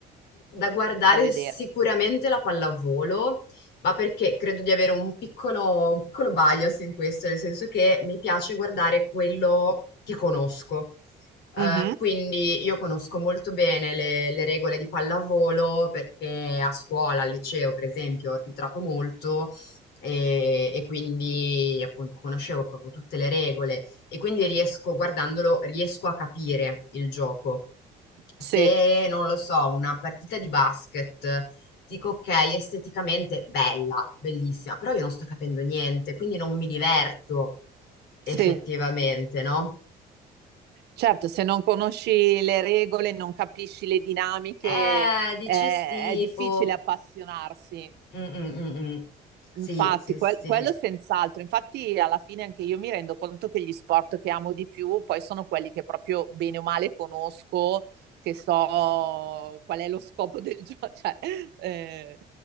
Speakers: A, on the left; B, on the right.
A: da guardare
B: da vedere?
A: sicuramente la pallavolo, ma perché credo di avere un piccolo, un piccolo bias in questo, nel senso che mi piace guardare quello che conosco. Eh,
B: Mhm.
A: quindi io conosco molto bene le, le regole di pallavolo perché a scuola, al liceo, per esempio, ho arbitrato molto e, e quindi appunto conoscevo proprio tutte le regole e quindi riesco, guardandolo, riesco a capire il gioco.
B: Sì,
A: Se, non lo so, una partita di basket, dico ok, esteticamente bella, bellissima, però io non sto capendo niente, quindi non mi diverto effettivamente,
B: sì.
A: no?
B: Certo, se non conosci le regole, non capisci le dinamiche,
A: Eh, dici
B: eh, è
A: sì,
B: difficile
A: boh.
B: appassionarsi.
A: Mm, mm, mm, mm.
B: Infatti,
A: Sì, sì,
B: quel-
A: sì.
B: quello senz'altro. Infatti, alla fine anche io mi rendo conto che gli sport che amo di più poi sono quelli che proprio bene o male conosco, che so qual è lo scopo del gioco, <laughs> cioè, eh,